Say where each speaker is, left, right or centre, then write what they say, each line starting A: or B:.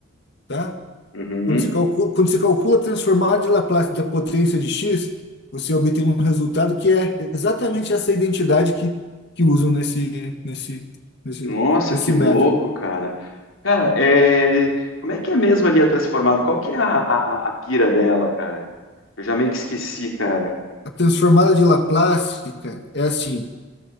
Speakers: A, on the left (about 55°); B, on the left (about 85°).
A: tá?
B: Uhum.
A: Quando se calcula, quando se calcula a transformada de Laplace da potência de x, você obtém um resultado que é exatamente essa identidade que, que usam nesse, nesse, nesse,
B: Nossa,
A: nesse
B: que louco,
A: método.
B: cara. Cara, é, ele- como é que é mesmo ali a transformada? Qual que é a, a, a a pira dela, cara? Eu já meio que esqueci, cara.
A: A transformada de Laplace, cara, é assim,